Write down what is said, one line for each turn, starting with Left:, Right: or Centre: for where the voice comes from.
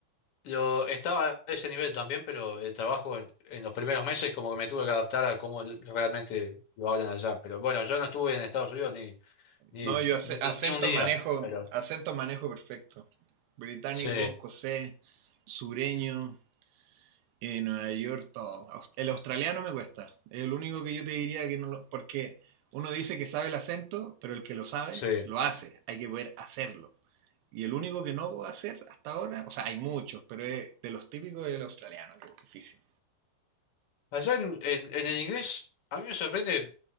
Left: yo estaba a ese nivel también, pero el trabajo en, en los primeros meses como que me tuve que adaptar a cómo realmente lo hablan allá. Pero bueno, yo no estuve en Estados Unidos ni, ni,
Right: No, yo ac-
Left: ni,
Right: acentos
Left: ni un día,
Right: manejo,
Left: pero
Right: acentos manejo perfecto. Británico,
Left: sí,
Right: escocés, sureño, eh, Nueva York, todo. Aus- El australiano me cuesta. Es el único que yo te diría que no lo... Porque uno dice que sabe el acento, pero el que lo sabe,
Left: sí.
Right: lo hace. Hay que poder hacerlo. Y el único que no puedo hacer hasta ahora, o sea, hay muchos, pero es de los típicos es el australiano, que es difícil.
Left: Allá en, en, en el inglés, a mí me sorprende,